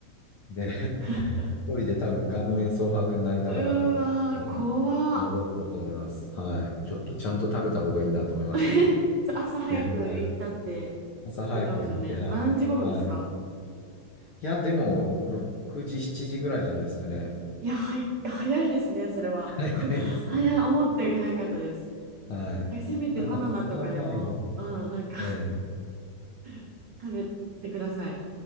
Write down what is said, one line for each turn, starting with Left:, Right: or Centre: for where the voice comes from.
Left: で、<laughs>
Right: <laughs>
Left: 一人で多分顔面蒼白になりながら、
Right: うーわー、
Left: あの、
Right: 怖っ。
Left: 戻ったと思います。はい。ちょっとちゃんと食べた方がいいなと思いましたね。
Right: <laughs> それ朝早く行ったって
Left: やる前は。朝早く行って、
Right: 言ってましたよね。
Left: はい。
Right: 何時頃ですか
Left: はい。いや、でも、6時、7時ぐらいじゃないですかね。
Right: いや、はい早いですね、それは。
Left: <laughs>
Right: <laughs>
Left: 早いですね。
Right: 早い、思ったより早かったです。
Left: はい。
Right: えせめてバナナとかでも、
Left: なんか、ハワイにも、
Right: うん、なんか
Left: ええ、
Right: <laughs> 食べてください。